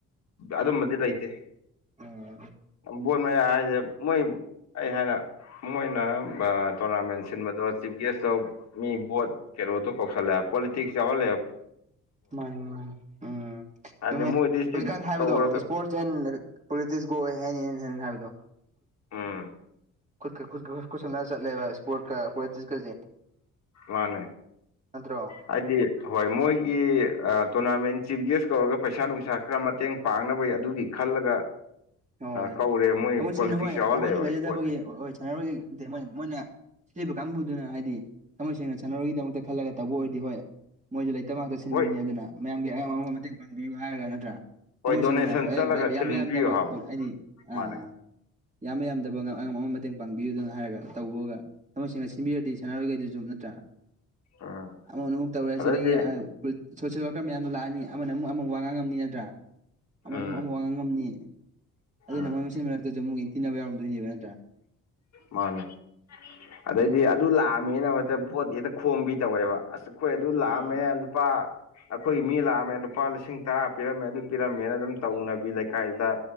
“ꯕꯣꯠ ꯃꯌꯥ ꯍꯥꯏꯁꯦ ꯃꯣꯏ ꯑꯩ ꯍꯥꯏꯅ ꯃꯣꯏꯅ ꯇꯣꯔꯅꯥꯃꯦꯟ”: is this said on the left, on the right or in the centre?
Left